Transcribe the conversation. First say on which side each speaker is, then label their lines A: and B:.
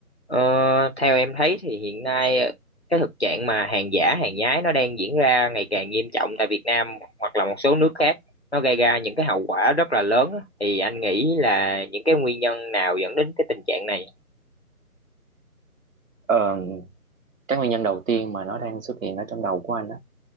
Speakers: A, on the left; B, on the right.
A: Ờ, theo em thấy thì hiện nay cái thực trạng mà hàng giả, hàng nhái nó đang diễn ra ngày càng nghiêm trọng tại Việt Nam hoặc là một số nước khác. Nó gây ra những cái hậu quả rất là lớn á. Thì anh nghĩ là những cái nguyên nhân nào dẫn đến cái tình trạng này?
B: Ờ, cái nguyên nhân đầu tiên mà nó đang xuất hiện ở trong đầu của anh đó